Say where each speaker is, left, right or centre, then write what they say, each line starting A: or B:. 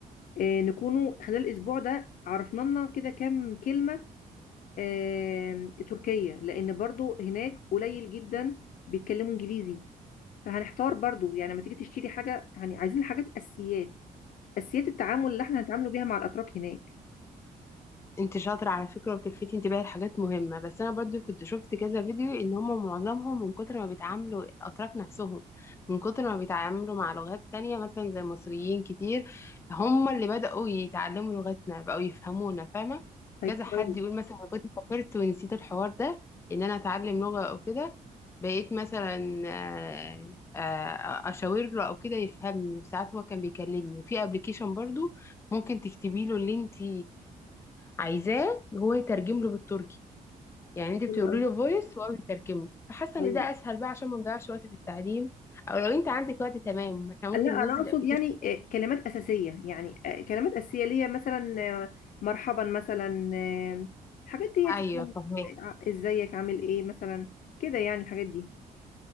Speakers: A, on the left; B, on the left.
A: إيه، نكونوا خلال الاسبوع ده عرفنا لنا كده كام كلمه آم، تركيه لان برضو هناك قليل جدا بيتكلموا انجليزي فهنحتار برضو يعني لما تيجي تشتري حاجه يعني عايزين حاجات اساسيات اساسيات التعامل اللي احنا هنتعاملوا بيها مع الاتراك هناك
B: انت شاطرة على فكرة وبتلفتي انتباهي لحاجات مهمة بس انا برضو كنت شفت كذا فيديو ان هم معظمهم من كتر ما بيتعاملوا الاتراك نفسهم من كتر ما بيتعاملوا مع لغات تانية مثلا زي المصريين كتير هم اللي بدأوا يتعلموا لغتنا بقوا يفهمونا فاهمة
A: طيب
B: كذا حد
A: كويس
B: يقول مثلا انا كنت سافرت ونسيت الحوار ده ان انا اتعلم لغة او كده بقيت مثلا آه، آه، اشاور له او كده يفهمني وساعات هو كان بيكلمني وفي ابلكيشن برضو ممكن تكتبي له اللي انت عايزاه هو يترجم له بالتركي يعني انت بتقولي
A: حلو
B: له فويس وهو بيترجم له فحاسه
A: قوي
B: ان ده اسهل بقى عشان ما نضيعش وقت في التعليم او لو انت عندك وقت تمام احنا ممكن
A: لا
B: ننزل
A: انا اقصد
B: الابلكيشن
A: يعني آه، كلمات اساسيه يعني آه، كلمات اساسيه ليا مثلا آه، مرحبا مثلا آه، الحاجات ديت
B: ايوه
A: يعني
B: فهماك
A: آه، ازيك عامل ايه مثلا كده يعني الحاجات دي